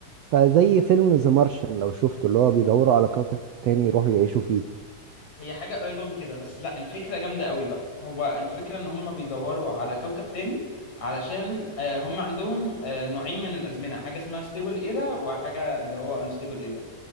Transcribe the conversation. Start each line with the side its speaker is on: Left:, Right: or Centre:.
Right: فزي فيلم ذا مارشن لو شفته اللي هو بيدوروا على كوكب تاني يروحوا يعيشوا فيه
Left: <laughs> هي حاجة قريبة من كده بس لا الفكرة جامدة قوي بقى هو الفكرة ان هم بيدوروا على كوكب تاني علشان آه، هم عندهم آه، نوعين من الأزمنة حاجة اسمها ستيبل ايرا وحاجة اللي هو انستيبل ايرا